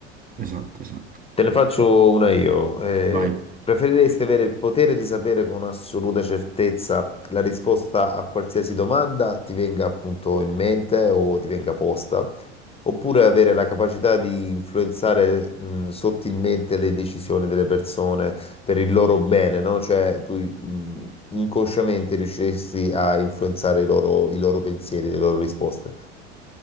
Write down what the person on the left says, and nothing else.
Te ne faccio una io. Eh,
preferiresti avere il potere di sapere con assoluta certezza la risposta a qualsiasi domanda ti venga appunto in mente o ti venga posta, oppure avere la capacità di influenzare, mh, sottilmente le decisioni delle persone per il loro bene, no? Cioè tu, mh, inconsciamente riusciresti a influenzare i loro, i loro pensieri, le loro risposte.